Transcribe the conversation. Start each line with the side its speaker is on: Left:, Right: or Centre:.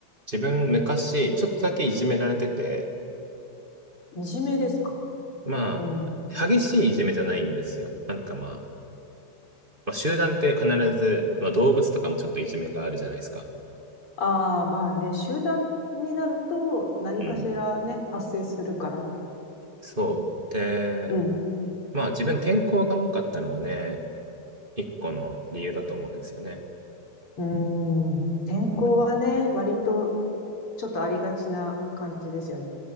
Right: 自分昔、ちょっとだけいじめられてて、
Left: いじめですか。
Right: まあ、
Left: うん。
Right: 激しいいじめじゃないんですよ。なんかまあ、まあ、集団って必ず、まあ動物とかもちょっといじめがあるじゃないですか。
Left: ああ、まあね、集団になると何かしらね、
Right: うん。
Left: 発生するから。
Right: そう。で、
Left: うん。
Right: まあ自分転校が多かったのもね、一個の理由だと思うんですよね。
Left: うーん。転校はね、
Right: うん。
Left: 割とちょっとありがちな感じですよね。